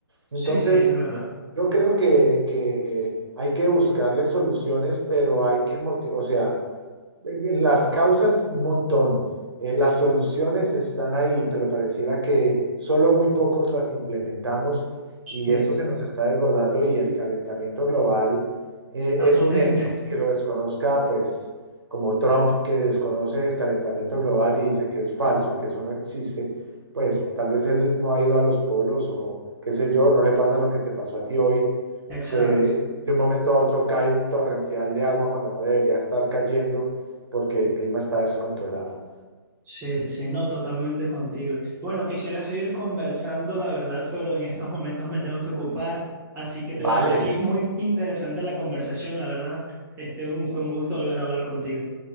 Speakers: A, on the right; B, on the right.
A: Entonces,
B: Sí, sí, es verdad.
A: yo creo que, que hay que buscarle soluciones, pero hay que motivar, o sea, las causas, un montón. Eh, las soluciones están ahí, pero pareciera que solo muy pocos las implementamos y
B: Sí,
A: eso se nos está desbordando y el calentamiento global eh,
B: está
A: es
B: potente.
A: un hecho. El que lo desconozca, pues como Trump que desconoce el calentamiento global y dice que es falso, que eso no existe, pues tal vez él no ha ido a los polos o qué sé yo, no le pasa lo que te pasó a ti hoy
B: Exacto.
A: que de un momento a otro cae un torrencial de agua cuando no debería estar cayendo porque el clima está descontrolado.
B: Sí, sí, no, totalmente contigo. Bueno, quisiera seguir conversando, la verdad, pero en estos momentos me tengo que ocupar, así que te
A: Vale,
B: voy a dejar aquí. Muy interesante la conversación, la verdad. Este, un- fue un gusto volver a hablar contigo.